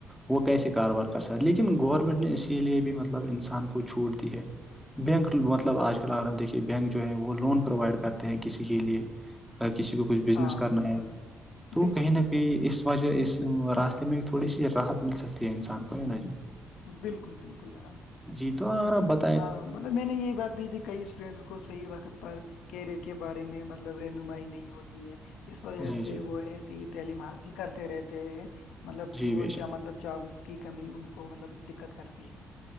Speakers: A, in the centre; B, on the left.
A: وہ کیسے کاروبار کر سک لیکن گورنمنٹ نے اسی لیے بھی مطلب انسان کو چھوٹ دی ہے بینک مطلب آج کل اگر ہم دیکھیے بینک جو ہے وہ لون پرووائڈ کرتے ہیں کسی کے لیے اگر کسی کو کچھ بزنس
B: ہاں
A: کرنا
B: بالکل
A: ہے تو
B: بالکل
A: کہیں نہ
B: بالکل
A: کہیں اس وجہ اس راستے میں تھوڑی سی راحت مل سکتی ہے انسان کو ہے نا جی
B: بالکل بالکل جناب
A: جی تو آر ب <unintelligible>
B: ہاں مطلب میں نے یہی بات بھی تھی کئی اسٹوڈینٹس کو صحیح وقت پر کیریئر کے بارے میں مطلب رہنمائی نہیں ہوتی ہے اس وجہ
A: جی
B: سے
A: جی
B: وہ ایسیے ہی تعلیم حاصل کرتے رہتے ہیں مطلب پھر
A: جی
B: وہ
A: بے شک
B: مطلب جابس کی کمی ان کو مطلب دقت کرتی ہے